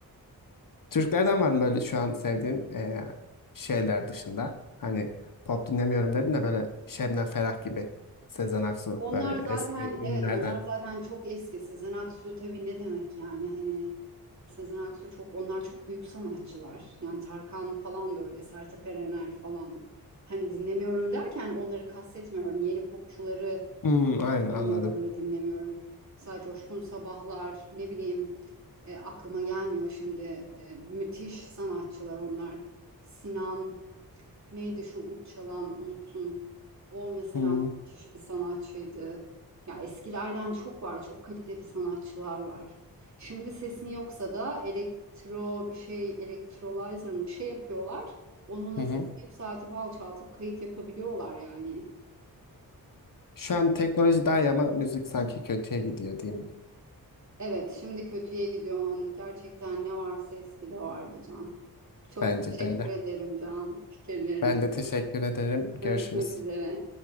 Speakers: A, on the left; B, on the right.
A: Türklerden var mı böyle şu an sevdiğin e, şeyler dışında? Hani pop dinlemiyorum dedin de böyle Şebnem Ferah gibi Sezen Aksu
B: Onlar
A: böyle
B: zaten
A: eski ünlülerden.
B: evet onlar zaten çok eski. Sezen Aksu tabii ne demek yani hani Sezen Aksu çok onlar çok büyük sanatçılar. Yani Tarkan falan da öyle Sertab Erener falan. Hani dinlemiyorum derken onları kastetmiyorum. Yeni popçuları
A: Hmm, aynen anladım.
B: dinliyorum ve dinlemiyorum. Mesela Coşkun Sabahlar ne bileyim e, aklıma gelmiyor şimdi. E, müthiş sanatçılar onlar. Sinan Neydi şu ut çalan unutun. O mesela
A: Hmm,
B: müthiş bir sanatçıydı. Ya eskilerden çok var. Çok kaliteli sanatçılar var. Şimdi sesin yoksa da elektro bir şey elektrolizer mı bir şey yapıyorlar. Onunla
A: Hı hı.
B: sesi yükseltip alçaltıp kayıt yapabiliyorlar yani.
A: Şu an teknoloji daha iyi ama müzik sanki kötüye gidiyor diyeyim.
B: Evet şimdi kötüye gidiyor. anne. Gerçekten ne varsa eskide vardı Can. Çok
A: Bence
B: teşekkür
A: de öyle.
B: ederim Can fikirlerin
A: Ben
B: için.
A: de teşekkür ederim. Görüşürüz.
B: Görüşmek üzere.